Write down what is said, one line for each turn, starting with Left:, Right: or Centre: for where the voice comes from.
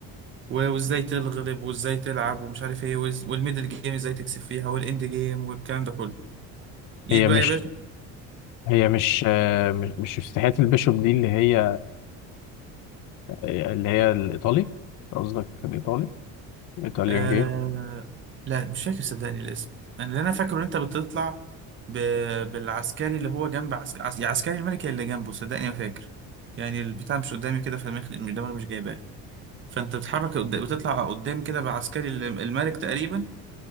Right: و- وإزاي تغلب وإزاي تلعب ومش عارف إيه وإز- والميدل جيم إزاي تكسب فيها والإند جيم والكلام ده كله جيت
Left: هي
Right: بقى
Left: مش
Right: يا باشا
Left: هي مش أه مش مش افتتاحية البيشوب دي اللي هي اللي هي الايطالي قصدك الايطالي الايطاليان
Right: آه...
Left: جيم
Right: لا مش فاكر صدقني الاسم انا اللي انا فاكره ان انت بتطلع ب... بالعسكري اللي هو جنب عسك... عس... يا عسكري الملكي اللي جنبه صدقني ما فاكر يعني البتاع مش قدامي كده فالمخ دماغي مش جايباه فانت بتتحرك قد... بتطلع قدام كده بعسكري ال- الملك تقريبا